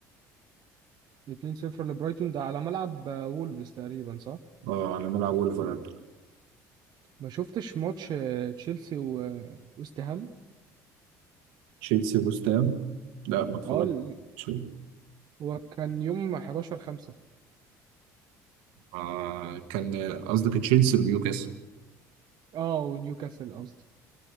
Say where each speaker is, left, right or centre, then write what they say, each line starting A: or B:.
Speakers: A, on the right (about 50°); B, on the right (about 65°).
A: 2-0 لبرايتون ده على ملعب آه، وولفز تقريبا صح
B: اه على ملعب ولفرهامبتون
A: ما شفتش ماتش آه، تشيلسي و- آه، وست هام
B: تشيلسي وستام لا ما اتفرجتش
A: اه ال- هو كان يوم 11/5
B: آه كان قصدك تشيلسي ونيوكاسل
A: اه ونيوكاسل قصدي